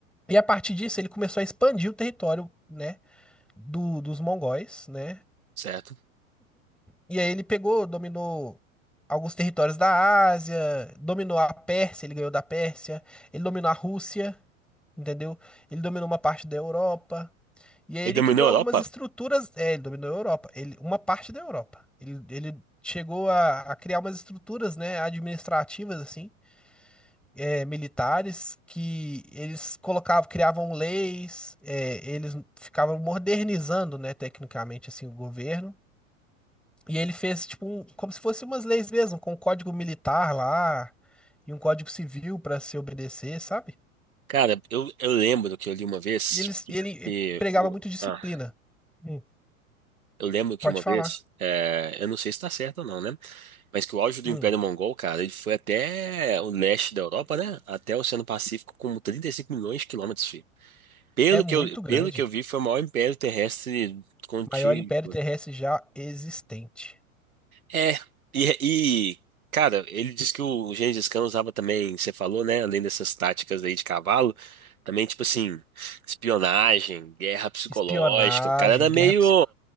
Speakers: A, in the centre; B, on the right.
A: E a partir disso, ele começou a expandir o território, né, do- dos mongóis, né?
B: Certo.
A: E aí ele pegou, dominou alguns territórios da Ásia, dominou a Pérsia, ele ganhou da Pérsia, ele dominou a Rússia, entendeu? Ele dominou uma parte da Europa. E aí ele
B: Ele dominou
A: criou
B: a
A: algumas
B: Europa?
A: estruturas, é, ele dominou a Europa, ele, uma parte da Europa. Ele, ele chegou a, a criar umas estruturas, né, administrativas, assim, eh, militares que eles colocavam, criavam leis, eh, eles ficavam modernizando, né, tecnicamente assim o governo. E ele fez tipo um, como se fossem umas leis mesmo, com um código militar lá e um código civil para se obedecer, sabe?
B: Cara, eu, eu lembro que eu li uma vez
A: E eles,
B: que,
A: e ele
B: que
A: pregava
B: o,
A: muito disciplina.
B: ah,
A: Hum,
B: eu lembro que
A: pode
B: uma
A: falar.
B: vez, é, eu não sei se tá certo ou não, né? Mas que o auge do
A: Hum,
B: Império Mongol, cara, ele foi até o leste da Europa, né? Até o Oceano Pacífico com 35 milhões de quilômetros, filho. Pelo
A: é muito
B: que eu,
A: grande.
B: pelo que eu vi, foi o maior império terrestre contínuo.
A: Maior império terrestre já existente.
B: É, e, e, cara, ele disse que o Gengis Khan usava também, você falou, né? Além dessas táticas aí de cavalo, também, tipo assim, espionagem, guerra psicológica.
A: Espionagem,
B: O cara era
A: guerra
B: meio
A: psico.